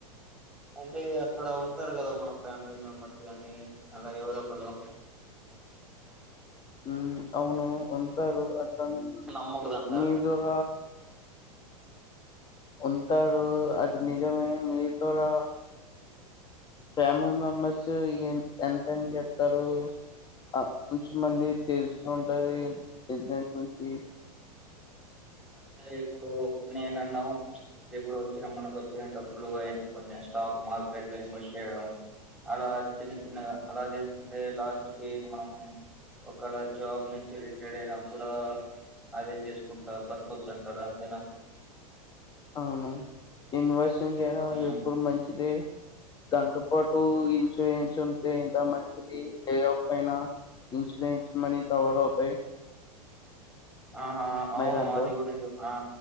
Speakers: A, in the centre; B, on the left.
A: అంటే అక్కడ ఉంటారు కదా మన ఫ్యామిలీ మెంబర్స్ గానీ అలా ఎవరో ఒక్కల్లు
B: ఉమ్మ్ అవును ఉంటారు. కానీ
A: నమ్మకూడదంట
B: నిదుర ఉంటారు అది నిజమే మీ ద్వారా ఫ్యామిలీ మెంబర్స్ ఎం ఎంతని చెస్తారు ఆ కొంచమంది తెలుస్తు ఉంటది బిస్నెస్ నుంచి
A: అంటే ఇప్పుడు నేనున్నా ఇప్పుడు వచ్చిన మనకోచ్చిన డబ్బులు అని కొంచెం స్టాక్ మార్కెట్ లో ఇన్వెస్ట్ చేయడం అలా చిన్న చిన్నగా అలా చేసుకుంట్ అంటే లాస్ట్ కి మనం ఒకవేళ జాబ్ నుంచి రిటైర్ అయిన కూడా అదే చేసుకుంటా కూర్చుంటారు అంతేనా
B: అవును ఇన్వెస్ట్ చేయడం
A: ఉమ్.
B: ఎప్పుడు మంచిదే దాంతో పాటు ఇన్సూరెన్స్ ఉంటే ఇంకా మంచిది లే ఆఫ్ అయినా ఇన్సూరెన్స్ మనీ కవర్ అవుతాయ్
A: ఆహా అవును
B: దాంట్లో
A: అది కూడా నిజమే ఆ